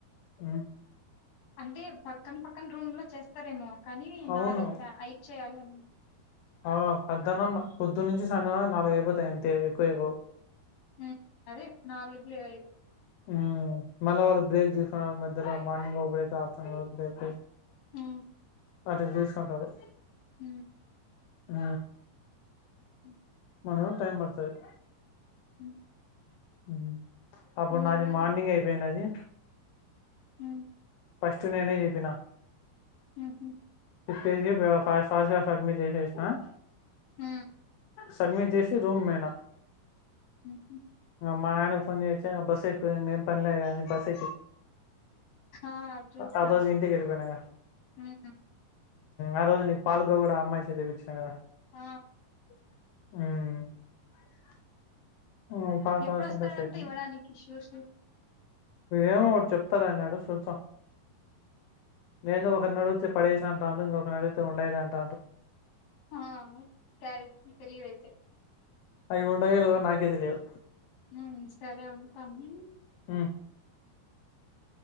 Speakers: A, on the left; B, on the left.
A: <unintelligible>
B: అంటే పక్కన్ పక్కన్ రూమ్ లో చేస్తరేమో కనీ
A: అవును
B: నాలుగు ప్యా అయిదు చేయాలన్
A: ఆ పద్ధనన్న పొద్దున్నుంచి సాయంత్రంవా నాలుగయిపోతాయి అంతే ఎక్కువ అయిపోవు
B: ఉ అరే నాలుగు లేద ఐదు
A: ఊ మళ్ళ వాళ్లు బ్రేక్ తీసుకొంటారు మధ్యలో మార్నింగ్ ఓ బ్రేక్ ఆఫ్టర్నూన్ ఒక్ బ్రేక్ తిస్
B: ఆ
A: అంటే తీసుకుంటారు
B: ఊ
A: ఊ
B: <inaudible>
A: మన టైమ్ బడుతది
B: <inaudible>
A: ఊ అప్పున్నాది
B: చూడాలి
A: మార్నింగ్ అయిపోయిండాదీ
B: ఉ
A: ఫస్ట్ నేనే చెప్పినా
B: మ్
A: చెప్పేసి ఫ ఫాస్ట్ ఫాస్ట్ గా సబ్మిట్ చేసేసినా
B: మ్
A: సడ్మిట్ చేసి రూమ్ కి పోయినా
B: మ్ హు
A: మా నాన్న ఫోన్ చేసి బస్ ఎక్కు రా ఇంకేం పని లేదు కదా బస్
B: ఆ చూసినాం
A: ఆ రోజు ఇంటికి పోయినా ఇంగ
B: ఉమ్
A: ఆ రోజు నీకు పాల్కోవానీ కూడా అమ్మాయితో ఇప్పించాను కదా.
B: ఆ
A: మ్ ఉ పాస్
B: ఎప్పుడొస్తాడంటే
A: అయితా సిలబస్ అయితే
B: ఇవ్వడానికి షూస్ ఉమ్
A: ఏమోలే మరి చెప్తాలే అన్నాడు చూత్తా ఏందో ఒకరిని అడిగితే పడేసిన అంత అందంగా ఇక ఉండాయ్ లే అంత
B: ఆ చాయ్ తెలియదు అయితే
A: అయి ఉండాయో లేవో నాకు తెలియదు.
B: ఉ సరే ఉంటాము
A: <inaudible>